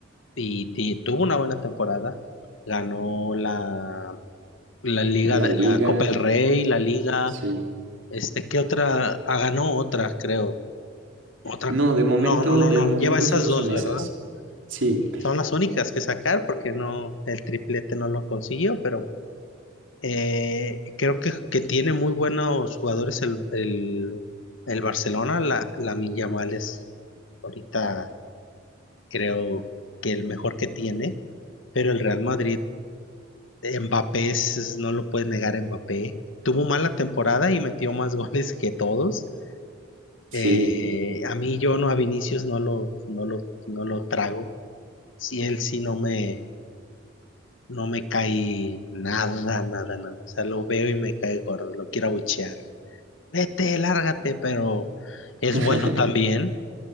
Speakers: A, on the left; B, on the right.
A: y, y tuvo una buena temporada. Ganó la, la Liga
B: La
A: de
B: liga,
A: la Copa del Rey, la Liga,
B: sí.
A: este, ¿qué otra? Ah, ganó otra, creo. Otra.
B: No, de momento,
A: No, no, no,
B: de
A: no.
B: momento
A: Lleva esas
B: solo
A: dos,
B: son
A: ¿verdad?
B: esas. Sí.
A: Y son las únicas que sacar porque no, el triplete no lo consiguió, pero Eh, creo que, que tiene muy buenos jugadores el, el, el Barcelona, la, Lamine Yamal es ahorita creo que el mejor que tiene, pero el Real Madrid, Mbappé, es- es- no lo puedes negar, Mbappé tuvo mala temporada y metió más <laughs> goles que todos.
B: Sí.
A: Eh, a mí yo no, a Vinicius no lo, no lo, no lo trago. Si él sí no me, no me cae nada, nada, nada. O sea, lo veo y me cae gordo, lo quiero abuchear. Vete, lárgate, pero es
B: <laughs>
A: bueno también.